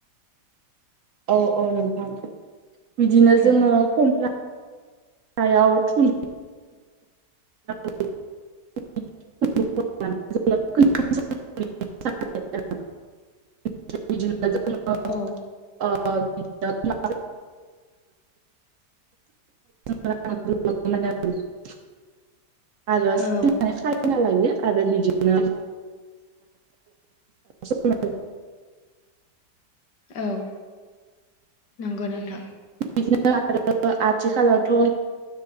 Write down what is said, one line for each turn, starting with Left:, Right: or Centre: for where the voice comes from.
Right: औ औ नोंथां बिदिनो
Left: औ
Right: जोङो फम्फ्ला हायाव थुन <unintelligible> <unintelligible> <unintelligible> <unintelligible>
Left: औ
Right: <unintelligible> आरो
Left: औ
Right: <unintelligible> खाना लायो आरो बिदिनो <unintelligible>
Left: औ नंगौ नोंथां।
Right: <unintelligible> आथिखालावथ' <unintelligible>